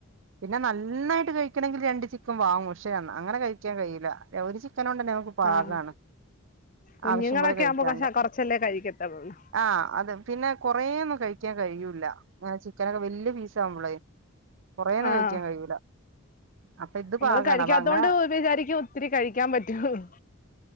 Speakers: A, on the right (about 60°); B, on the left (about 40°).
A: പിന്നെ നന്നായിട്ട് കഴിക്കണമെങ്കിൽ രണ്ട് ചിക്കൻ വാങ്ങും പഷേ അങ്ങനെ കഴിക്കാൻ കഴിയില്ല ഒരു ചി അതൊണ്ടന്നെഞങ്ങക്ക് പാകാണ്
B: ആഹ് കുഞ്ഞുങ്ങളൊക്കെ
A: ആവശ്യം പോലെ കഴിക്കാണ്ട്.
B: ആവുമ്പോ കഷ കൊറച്ചല്ലേ കഴിക്കത്തുള്ളൂ
A: ആഹ് അത് പിന്നെ കൊറേ കഴിക്കാൻ കഴിയൂല്ല ങ്ങനെ ചിക്കനൊക്കെ വല്ല്യ പീസാകുമ്പളേ കൊറേന്നും
B: ആഹ്
A: കഴിക്കാൻ കഴിയൂല അപ്പൊ ഇത്
B: നമ്മള്
A: പാകാണ്
B: കഴിക്കാതോണ്ട്
A: അപ്പൊ അങ്ങനെ
B: വിചാരിക്കും ഒത്തിരി കഴിക്കാൻ പറ്റൂന്ന്